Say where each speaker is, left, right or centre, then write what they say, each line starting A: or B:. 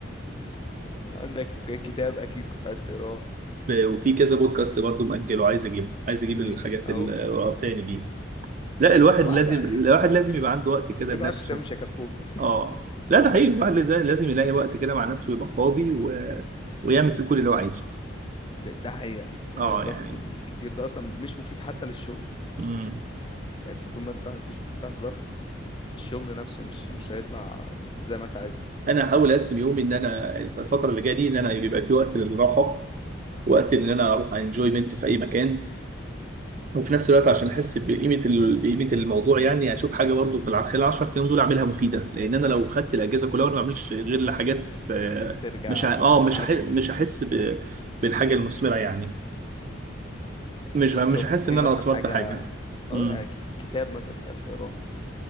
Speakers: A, on the left; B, on the right.
A: عندك كتاب اكيد كنت عايز تقراه
B: ب- وفي كذا بودكاست برضه مأجله عايز اجيبه عايز اجيب
A: امم
B: الحاجات
A: اهو
B: الوقفاني دي لا الواحد
A: واحدة
B: لازم الواحد لازم يبقى عنده وقت كده
A: كده
B: لنفسه
A: عشر ايام مش هيكفوك <laughs>
B: اه لا ده حقيقي الواحد لازم لازم يلاقي وقت كده مع نفسه يبقى فاضي و... ويعمل فيه كل اللي هو عايزه
A: ده, ده حقيقة ده
B: اه
A: حقيقة الضغط
B: يعني
A: الكتير ده اصلا مش مفيد حتى للشغل
B: مم.
A: يعني انت طول ما انت تحت تحت ضغط الشغل نفسه مش مش هيطلع زي ما انت عايزه
B: انا هحاول اقسم يومي ان انا الفتره اللي جايه دي ان انا يبقى في وقت للراحه وقت ان انا اروح انجويمنت في اي مكان وفي نفس الوقت عشان احس بقيمه ال... بقيمه الموضوع يعني اشوف حاجه برضه في الع- خلال 10 ايام دول اعملها مفيده لان انا لو خدت الاجازه كلها وانا ما بعملش غير لحاجات آه،
A: ترجع
B: مش ه... اه
A: بالعافية
B: مش هح... مش هحس ب... بالحاجه المثمره يعني مش
A: شوف لو
B: مش هحس
A: كان في
B: ان انا
A: مثلا
B: اثمرت
A: حاجة
B: حاجه مم.
A: اهو يعني كت- كتاب مثلا كنت عايز تقراه